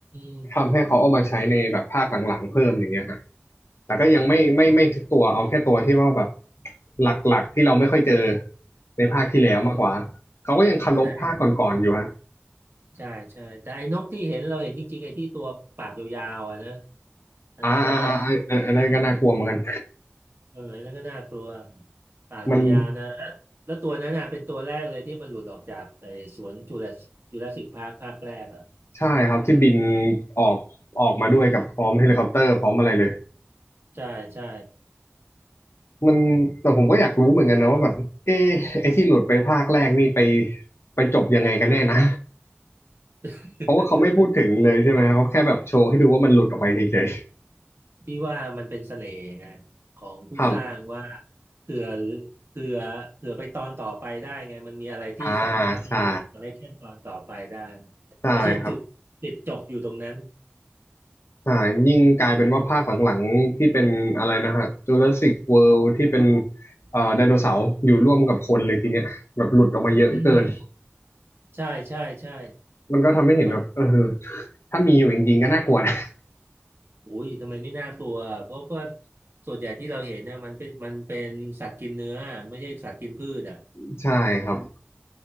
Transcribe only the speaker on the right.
ม
โอ้
อืม
แต่ใช่ ใช่ แต่ไอ้นกที่เห็นเราเห็นจริงๆไอ้ที่ตัวปากยาวๆอ่ะนะอันนั้นก็
เอออันนั้นก็น่ากลัว ปากยาวๆนะแล้วแล้วตัวนั้นน่ะเป็นตัวแรกเลยที่มันหลุดออกจากไอ้สวนจูราสจูราสสิกพาร์คภาคแรกอ่ะ
ใช่ ใช่
<laughs>
พี่ว่ามันเป็นเสน่ห์ไงของผู้สร้างว่า
เผื่อเผื่อเผื่อไปตอนต่อไปได้ไงมันมีอะไรที่สามารถที่จะติดคอลเลกชันตอนต่อไปได้
ไม่ใช่จุดติดจบอยู่ตรงนั้น
อืมใช่ใช่ใช่
มัน
อุ้ยทำไมไม่น่ากลัวเพราะว่าส่วนใหญ่ที่เราเห็นเนี่ยมันเป็นมันเป็นสัตว์กินเนื้อไม่ใช่สัตว์กินพืชอ่ะ